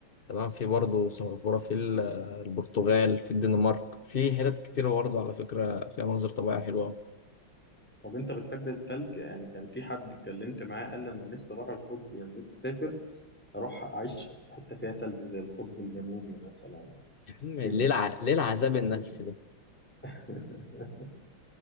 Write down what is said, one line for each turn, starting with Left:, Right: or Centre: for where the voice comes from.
Left: تمام في برضه سنغافورة في ال- البرتغال في الدنمارك في حتت كتير برضه على فكرة فيها مناظر طبيعية حلوة أوي.
Centre: طب انت بتحب التلج يعني كان في حد اتكلمت معاه قال لي انا نفسي اروح القطب يعني نفسي اسافر اروح اعيش في حته فيها تلج زي القطب الجنوبي مثلا
Left: يا عم ليه
Centre: كده
Left: الع... ليه العذاب
Centre: محدد
Left: النفسي ده
Centre: <laughs>